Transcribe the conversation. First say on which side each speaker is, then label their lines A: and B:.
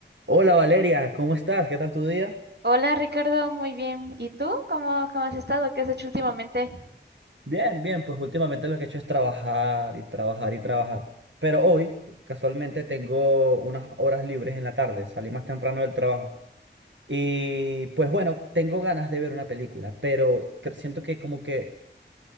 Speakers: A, on the right; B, on the right.
A: Hola Valeria, ¿cómo estás? ¿Qué tal tu día?
B: Hola Ricardo, muy bien. ¿Y tú? ¿Cómo, cómo has estado? ¿Qué has hecho últimamente?
A: Bien, bien, pues últimamente lo que he hecho es trabajar y trabajar y trabajar. Pero hoy, casualmente, tengo unas horas libres en la tarde, salí más temprano del trabajo. Y pues bueno, tengo ganas de ver una película, pero cre- siento que como que,